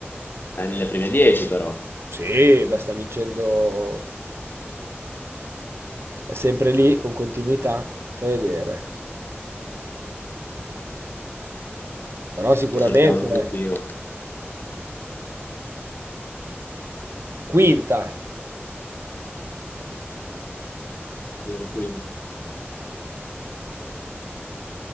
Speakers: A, on the left; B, on the right.
A: È nelle prime 10 però,
B: sì, beh, sta vincendo. È sempre lì con continuità. Fai vedere. Però sicuramente
A: sto cercando
B: eh.
A: anch'io,
B: quinta.
A: sì, quinto.